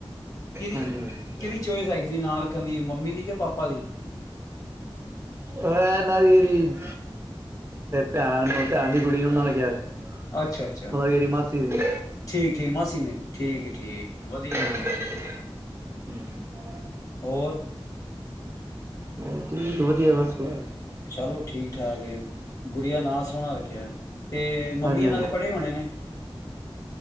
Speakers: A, on the left; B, on the right.
A: ਕਿਹਦੀ
B: ਹਾਂਜੀ ਹਾਂਜੀ
A: ਕਿਹਦੀ ਚੋਇਸ ਹੈਗੀ ਸੀ ਨਾਂ ਰੱਖਣ ਦੀ ਮੰਮੀ ਮੰਮੀ ਦੀ ਕੇ ਪਾਪਾ ਦੀ
B: ਇਹਨਾਂ ਦੀ ਜਿਹੜੀ ਭੈਣ ਭੈਣ ਦੀ ਕੁੜੀ ਉਹਨਾਂ ਨੇ ਕਿਹਾ ਸੀ
A: ਅੱਛਾ ਅੱਛਾ
B: ਮਤਲਬ ਇਹਦੀ ਮਾਸੀ ਦੀ
A: ਠੀਕ ਠੀਕ ਮਾਸੀ ਦੀ ਠੀਕ ਠੀਕ ਵਧੀਆ
B: ਹਾਂ <unintelligible>
A: ਹੋਰ
B: ਉਹਦੀ ਵਧੀਆ ਬਸ ਬਸ
A: ਚਲੋ ਠੀਕ ਠਾਕ ਏ ਗੁੜੀਆ ਨਾਂ ਸੋਹਣਾ ਰੱਖਿਆ ਤੇ ਮੰਮੀ
B: ਹਾਂਜੀ
A: ਇਹਨਾਂ
B: ਹਾਂਜੀ
A: ਦੇ ਪੜ੍ਹੇ ਹੋਣੇ ਨੇ